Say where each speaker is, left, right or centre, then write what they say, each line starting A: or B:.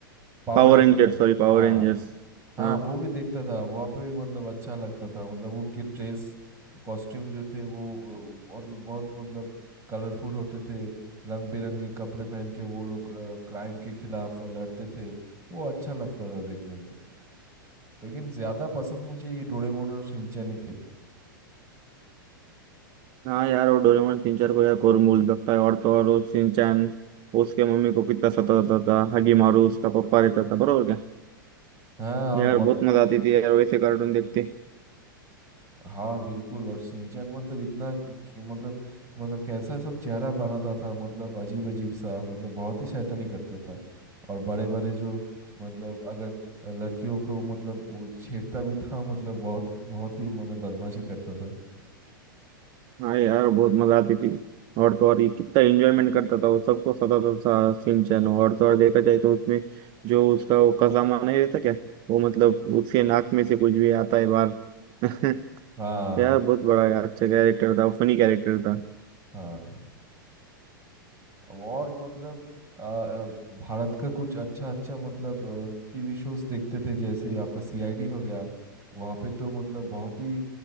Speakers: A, on the right; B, on the right.
A: Power
B: Power
A: ranger
B: rangers sorry power
A: हाँ
B: rangers
A: हाँ हाँ
B: हाँ
A: वो भी देखता था वहाँ पे भी मतलब अच्छा लगता था मतलब उनके ड्रेस कॉस्ट्यूम जो थे वो वो- बहुत बहुत मतलब कलरफुल होते थे रंग बिरंगे कपड़े पहन के वो लोग क्राइम के खिलाफ लड़ते थे वो अच्छा लगता था देखने में लेकिन ज्यादा पसंद मुझे ये डोरेमोन और शिनचैन ही थे
B: हाँ यार वो डोरेमोन तीन चार को यार कोरमूल लगता है और तो और वो शिनचैन उसके मम्मी को कितना सताता था हगी मारू उसका पप्पा रहता था बरोबर क्या
A: हाँ
B: यार
A: और बड़े
B: बहुत मजा आती थी यार वैसे कार्टून देखते
A: हाँ बिल्कुल और सिंचन मतलब इतना कि, कि, मतलब मतलब कैसा सब चेहरा बनाता था मतलब अजीब अजीब सा मतलब बहुत ही शैतानी करता था और बड़े बड़े जो मतलब अगर लड़कियों को मतलब वो छेड़ता भी था मतलब बहुत बहुत ही मतलब बदमाशी करता था
B: हाँ यार बहुत मजा आती थी और तो और ये कितना एंजॉयमेंट करता था वो सबको सताता था सिम चैन और तो और देखा जाए तो उसमें जो उसका वो कसामा नहीं रहता क्या वो मतलब उसके नाक में से कुछ भी आता है बाहर <laughs>
A: हाँ
B: यार बहुत बड़ा यार, अच्छा कैरेक्टर था फनी कैरेक्टर था
A: हाँ हाँ हाँ। और मतलब आ, आ, भारत का कुछ अच्छा अच्छा मतलब टीवी शोज देखते थे जैसे आपका सीआईडी हो गया वहाँ पे तो मतलब बहुत ही